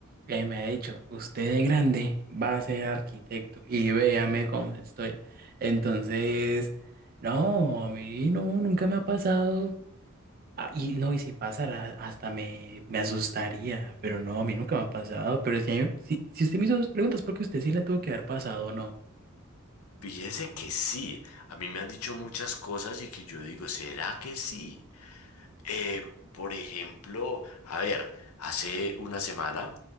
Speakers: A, on the right; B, on the left.
A: eh, me ha dicho, usted de grande va a ser arquitecto y véame cómo estoy. Entonces, no, a mí no, nunca me ha pasado. Ah, y no, y si pasara, hasta me, me asustaría. Pero no, a mí nunca me ha pasado. Pero si, a mí- si, si usted me hizo dos preguntas, porque usted sí la tuvo que haber pasado o no.
B: Fíjese que sí, a mí me han dicho muchas cosas y que yo digo, ¿será que sí? Eh, por ejemplo, a ver, hace una semana